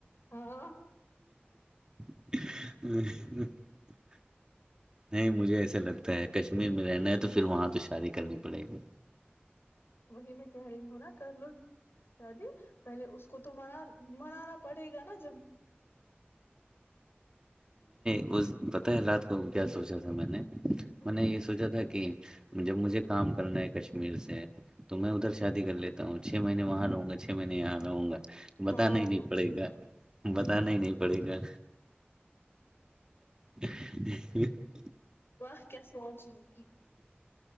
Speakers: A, on the left; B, on the right.
A: ہاں
B: ہ <unintelligible> نہیں مجھے ایسا لگتا ہے کشمیر میں رہنا ہے تو پھر وہاں تو شادی کرنی پڑے گی
A: وہ میں کہہ رہی ہوں نا کر لو شادی پہلے اس کو تو منانا پڑے گا نا جب
B: وہ پتہ ہے رات کو کیا سوچا تھا میں نے
A: ہاں
B: م نے یہ سوچا تھا کہ جب مجھے کام کرنا ہے کشمیر سے تو میں ادھر شادی کر لیتا ہوں چھ مہینے وہاں رہوں گا چھ مہینے یہاں رہوں گا بتاا
A: ہاں
B: ہی نہیں
A: وہ بھی
B: پڑے
A: صحیح
B: گا بتانا ہی نہیں پڑے گا ج <unintelligible>
A: آ کیاس سوالچ ک